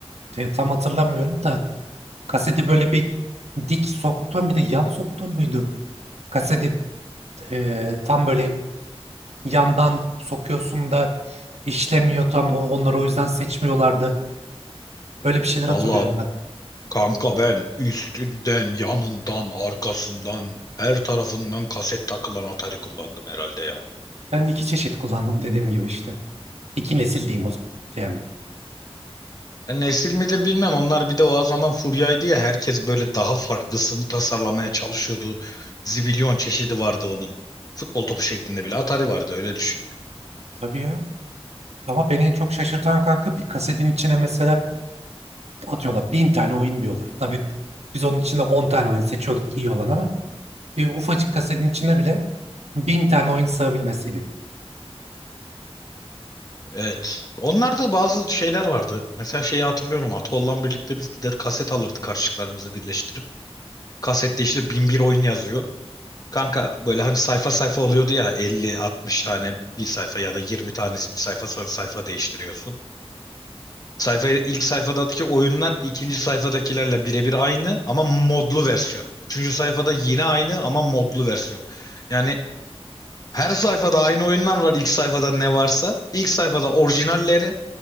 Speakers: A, on the right; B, on the left.
A: E, tam hatırlamıyorum da kaseti böyle bir dik soktun bir de yan soktun muydu? Kaseti e, tam böyle yandan sokuyorsun da işlemiyor tam O- onları o yüzden seçmiyorlardı. öyle bir şeyler hatırlıyorum
B: Valla
A: ben.
B: kanka ben üstünden, yanından, arkasından, her tarafından kaset takılan Atari kullandım herhalde ya.
A: Ben iki çeşit kullandım dediğim gibi işte. İki nesil diyeyim o zaman. Yani
B: E, Nesil midir bilmem. Onlar bir de o zaman furyaydı ya. Herkes böyle daha farklısını tasarlamaya çalışıyordu. Zibilyon çeşidi vardı onun. Futbol topu şeklinde bile Atari vardı öyle düşün yani.
A: Tabii ya. Ama beni en çok şaşırtan kanka bir kasetin içine mesela atıyorlar bin tane oyun diyorlar. Tabii biz onun içinde 10 tane oyun seçiyorduk iyi olan ama bir ufacık kasetin içine bile bin tane oyun sığabilmesiydi.
B: Evet. Onlarda bazı şeyler vardı. Mesela şeyi hatırlıyorum. Atollan birlikte biz gider kaset alırdık karşılıklarımızı birleştirip. Kasette işte 1001 oyun yazıyor. Kanka böyle hani sayfa sayfa oluyordu ya elli, altmış tane bir sayfa ya da 20 tanesi bir sayfa sonra sayfa değiştiriyorsun. Sayfayı ilk sayfadaki oyunlar ikinci sayfadakilerle birebir aynı ama modlu versiyonu. Üçüncü sayfada yine aynı ama modlu versiyon. Yani her sayfada aynı oyunlar var ilk sayfada ne varsa. İlk sayfada orijinalleri,